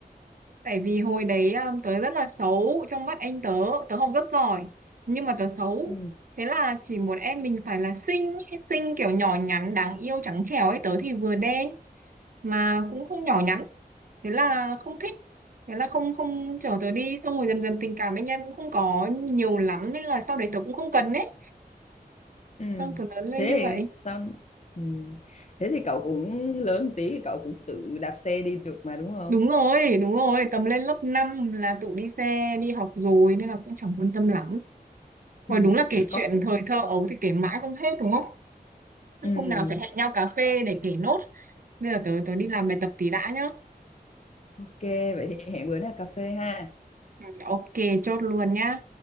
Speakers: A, on the right; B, on the left.
A: Tại vì hồi đấy um, tớ rất là xấu trong mắt anh tớ, tớ học rất giỏi nhưng mà tớ xấu.
B: Ừ.
A: Thế là chỉ muốn em mình phải là xinh, ý, xinh kiểu nhỏ nhắn đáng yêu trắng trẻo ấy, tớ thì vừa đen mà cũng không nhỏ nhắn, thế là không thích. Thế là không không chở tớ đi xong rồi dần dần tình cảm anh em cũng không có nhiều lắm nên là sau đấy tớ cũng không cần ấy.
B: Ừ.
A: Xong tớ lớn lên
B: Thế
A: như
B: thì
A: vậy.
B: sao ừ. Thế thì cậu cũng lớn một tí thì cậu cũng tự đạp xe đi được mà đúng không?
A: Đúng rồi, đúng rồi, tầm lên lớp 5 là tụi đi xe, đi học rồi nên là cũng chẳng quan tâm lắm. Rồi
B: Ừ.
A: đúng là kể chuyện
B: Có khi-
A: thời thơ ấu thì kể mãi không hết đúng không?
B: ừ.
A: Hôm nào phải hẹn nhau cà phê để kể nốt. Bây giờ tớ tớ đi làm bài tập tí đã nhá.
B: Ok vậy thì hẹn bữa nào cà phê ha.
A: Ừ, Ok, chốt luôn nhá.